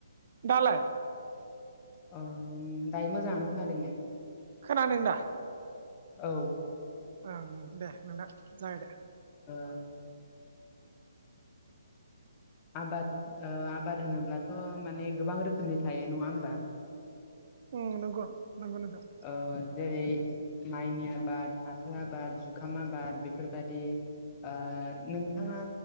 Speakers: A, on the right (about 50°); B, on the left (about 25°).
A: दालाय
B: अ दायो मोजाङानो खोनादों दे
A: खोनादों दा
B: औ
A: ओं दे नोंथां जागाय दे
B: ओ आबाद ओ आबाद होनोब्लाथ' माने गोबां रोखोमनि थायो नङा होमबा?
A: औ नंगौ नंगौ नोंथां
B: ओ जेरै माइनि आबाद फाथो आबाद जुखाम आबाद बेफोरबायदि ओ नोंथाङा